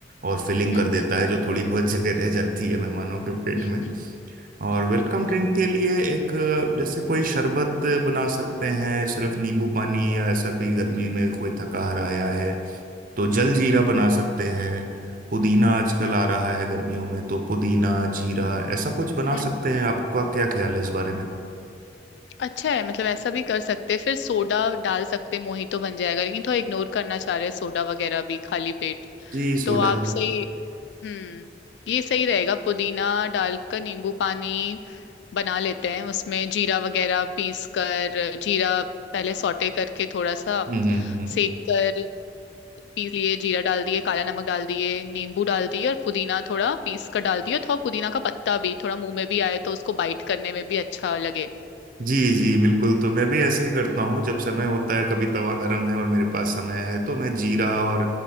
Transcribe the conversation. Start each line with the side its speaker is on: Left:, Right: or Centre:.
Right: और फिलिंग
Left: हम्म
Right: कर देता है जो थोड़ी बहुत जगह रह जाती है मेहमानों के पेट
Left: हम्म
Right: और वेलकम ड्रिंक के लिए एक अ, जैसे कोई शरबत बना सकते हैं सिर्फ नींबू पानी या ऐसा कोई गर्मी में कोई थकाहार आया है तो जल जीरा बना सकते हैं पुदीना आजकल
Left: हम्म
Right: आ रहा है गर्मियों में तो पुदीना जीरा ऐसा कुछ बना
Left: हम्म
Right: सकते हैं आपका क्या ख्याल है इस बारे में
Left: अच्छा है मतलब ऐसा भी कर सकते हैं फिर सोडा डाल सकते हैं, मोहितो बन जाएगा लेकिन थोड़ा इग्नोर करना चाह रहे हैं सोडा वगैरह भी खाली पेट
Right: जी सोडा
Left: तो आप
Right: तो
Left: सही हम्म ये सही रहेगा पुदीना डालकर नींबू पानी बना लेते हैं उसमें जीरा वगैरह पीस कर जीरा पहले सौटे करके थोड़ा सा
Right: हम्म हम्म
Left: सेक कर पीस लिए जीरा डाल दिए काला नमक डाल दिए नींबू डाल दिए और पुदीना थोड़ा पीस कर डाल दिए थोड़ा पुदीना का पत्ता भी थोड़ा मुंह में भी आए तो उसको बाइट करने में भी अच्छा लगे
Right: जी जी बिल्कुल तो मैं भी ऐसा ही करता हूँ जब समय होता है कभी तवा गरम है और मेरे पास समय है तो मैं जीरा और